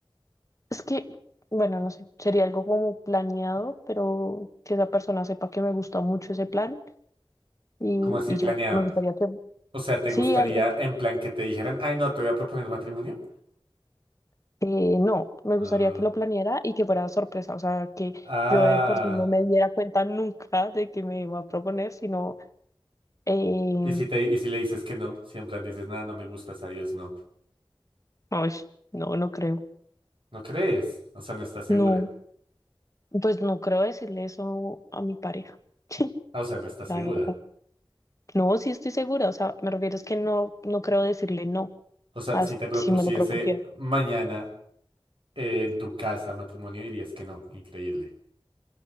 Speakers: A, on the left; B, on the right.
A: es que, bueno, no sé, sería algo como planeado, pero que esa persona sepa que me gusta mucho ese plan y,
B: ¿Cómo así
A: y
B: planeado?
A: ya, me gustaría que,
B: O sea, ¿te
A: sí,
B: gustaría
A: algo.
B: en plan que te dijeran, ay, no, te voy a proponer matrimonio?
A: eh, no, me
B: Ah.
A: gustaría que lo planeara y que fuera sorpresa, o sea, que
B: ah.
A: yo de por sí no me diera cuenta nunca de que me iba a proponer, sino Eh,
B: ¿Y si te, y si le dices que no? Si en plan dices, nada, no me gustas, adiós, no.
A: ay, no, no creo.
B: ¿No crees? O sea, no estás segura.
A: No, pues no creo decirle eso a mi pareja. <laughs> Sí,
B: Ah, o sea, no estás
A: la
B: segura.
A: verdad. No, sí estoy segura. O sea, me refiero es que no, no creo decirle no,
B: O sea,
A: as-
B: si te propusiese
A: si me lo propusiera.
B: mañana eh, en tu casa matrimonio, dirías que no. Increíble.